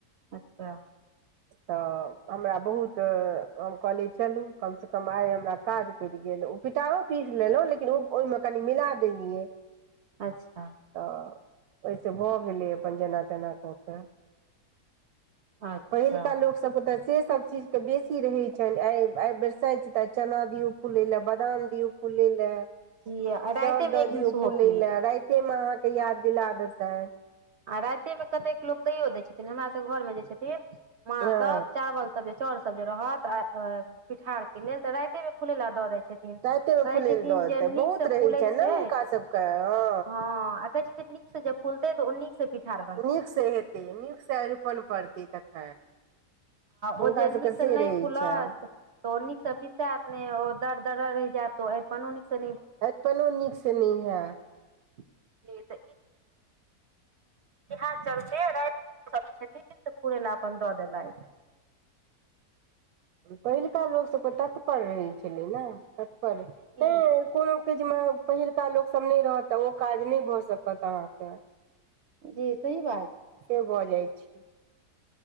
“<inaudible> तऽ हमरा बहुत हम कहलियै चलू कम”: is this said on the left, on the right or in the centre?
Right